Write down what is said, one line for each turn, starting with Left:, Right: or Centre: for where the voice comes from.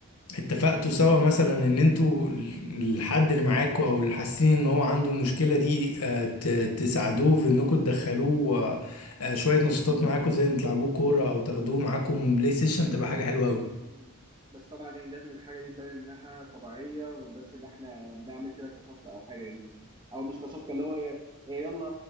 Left: اتفقتوا سوا مثلا ان انتوا الحد اللي معاكوا او اللي حاسين ان هو عنده المشكله دي آه، ت- تساعدوه في انكم تدخلوه آه، آه، شويه نشاطات معاكوا زي ان تلعبوه كوره او تاخدوه معاكم بلاي ستيشن تبقى حاجه حلوه قوي
Right: مم. بس طبعا يعني لازم الحاجة دي تبان إنها طبيعية ما نبانش إن إحنا بنعمل كده كصفقة أو حاجة يعني أو مش كصفقة اللي هو ي- يلا